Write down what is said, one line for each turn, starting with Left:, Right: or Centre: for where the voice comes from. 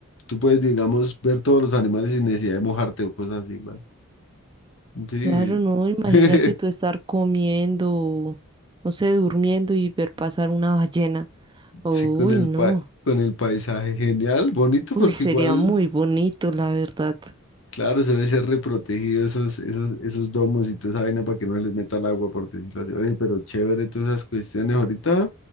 Left: tú puedes, digamos, ver todos los animales sin necesidad de mojarte o cosas así, igual. Sí,
Right: Claro, no, imagínate
Left: <laughs>
Right: tú estar comiendo, no sé, durmiendo y ver pasar una ballena. Uy,
Left: sí, con el
Right: no.
Left: pa- con el paisaje, genial, bonito
Right: Uy,
Left: porque
Right: sería
Left: igual,
Right: muy bonito, la verdad.
Left: claro, se debe ser reprotegido esos, esos, esos domos y toda esa vaina para que no se les meta el agua, por decirlo así. Oye, pero chévere todas esas cuestiones ahorita.